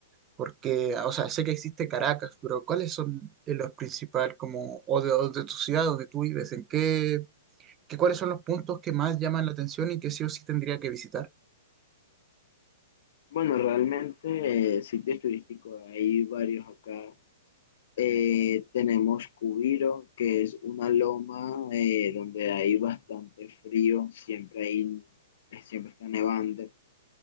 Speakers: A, on the right; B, on the left.
A: Porque, o sea, sé que existe Caracas, pero ¿cuáles son eh, los principales como, o de, o de tu ciudad donde tú vives? ¿En qué, qué, cuáles son los puntos que más llaman la atención y que sí o sí tendría que visitar?
B: Bueno, realmente eh, sitios turísticos hay varios acá Eh, tenemos Cubiro, que es una loma eh, donde hay bastante frío, siempre hay, eh, siempre está nevando.